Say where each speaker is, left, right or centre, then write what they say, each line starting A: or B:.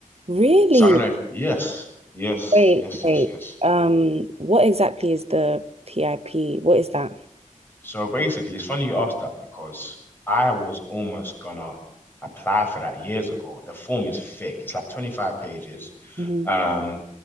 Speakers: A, on the right; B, on the left.
A: Really?
B: So I don't know if, yes, yes,
A: Wait,
B: yes,
A: wait.
B: yes, yes.
A: Um, what exactly is the PIP? What is that?
B: So basically, it's funny you asked that because I was almost gonna apply for that years ago. The form is thick, it's like 25 pages.
A: hmm
B: Um,